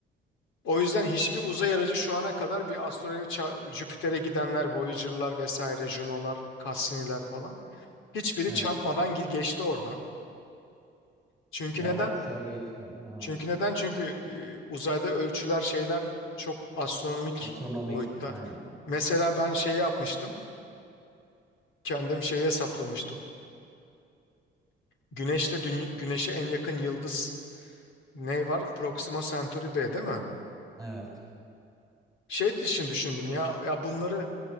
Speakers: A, on the left; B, in the centre.
A: O yüzden hiçbir uzay aracı şu ana kadar bir asteroide ça- Jüpiter'e gidenler, Voyager'lar vesaire, Juno'lar, Cassini'ler falan hiçbiri
B: Evet.
A: çarpmadan gi- geçti oradan. Çünkü
B: Yani
A: neden?
B: o kuşağa geçtiler. Ha.
A: Çünkü neden? Çünkü e, uzayda ölçüler şeyler çok astronomik
B: Astronomik.
A: boyutta.
B: Aynen.
A: Mesela ben şey yapmıştım. Kendim şeyi hesaplamıştım. Güneşle dü- Güneş'e en yakın yıldız ne var? Proxima Centauri B değil mi?
B: Evet.
A: Şey için düşündüm ya ya bunları